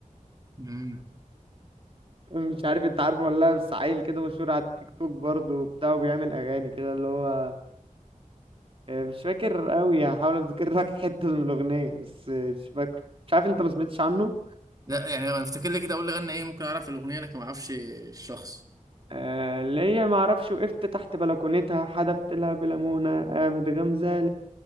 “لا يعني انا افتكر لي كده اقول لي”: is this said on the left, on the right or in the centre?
Right